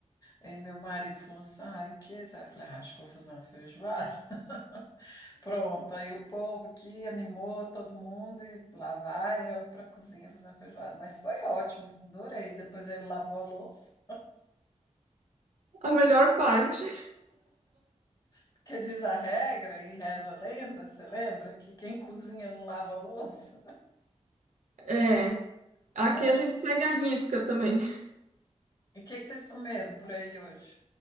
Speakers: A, on the left (about 30°); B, on the right (about 80°).
A: Aí meu marido falou assim, ah, e o que? é Aí eu falei, ah, acho que vou fazer uma feijoada. <laughs> Pronto, aí o povo aqui animou todo mundo e lá vai eu pra cozinha fazer uma feijoada. Mas foi ótimo, adorei. Depois ele lavou a louça,
B: A melhor parte. <laughs>
A: porque diz a regra e reza a lenda, você lembra? Que quem cozinha não lava a louça,
B: É, aqui
A: né?
B: a gente segue a risca também.
A: E o que que vocês comeram por aí hoje?